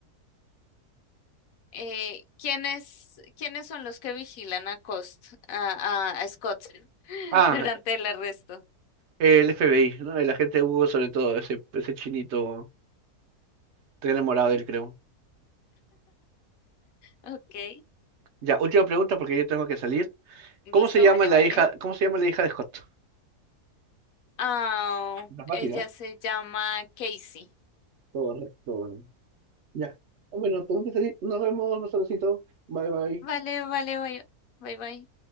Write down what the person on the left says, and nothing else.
eh, ¿quiénes, quiénes son los que vigilan a Cost, a, a, a Scott <laughs>
durante el arresto?
Ok,
listo,
vale,
vale.
Ah,
ella
se llama Casey.
Vale, vale, bye, bye, bye.